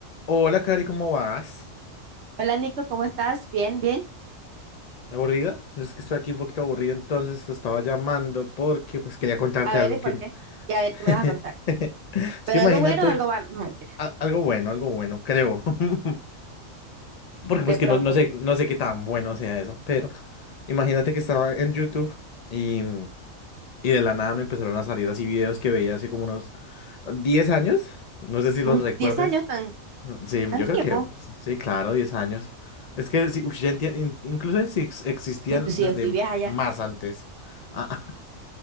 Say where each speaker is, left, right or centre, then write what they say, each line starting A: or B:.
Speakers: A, on the left; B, on the right.
A: Hola, Cari, ¿cómo vas?
B: Hola Nico, ¿cómo estás? Bien, bien.
A: ¿Aburrida? Es que estoy aquí un poquito aburrido, entonces te estaba llamando porque pues quería contarte
B: A ver,
A: algo
B: ¿y por
A: que...
B: qué? Y a ver qué me
A: <laughs>
B: vas a contar.
A: Es
B: ¿Pero
A: que imagínate
B: algo bueno o algo malo? <laughs> No, mentira.
A: a- algo bueno, algo bueno, creo. <laughs> Porque
B: De
A: pues
B: pronto.
A: que no, no sé, no sé qué tan bueno sea eso, pero imagínate que estaba en YouTube y, mm, y de la nada me empezaron a salir así videos que veía hace como unos 10 años, no sé si los
B: Uy,
A: recuerdes.
B: 10 años, tan,
A: Sí,
B: tanto
A: yo creo
B: tiempo.
A: que sí, claro, 10 años. Es que sí, ush, ya entie- in- incluso si ex- existían
B: Bueno, sí,
A: desde
B: yo estoy vieja ya.
A: más antes. Ah,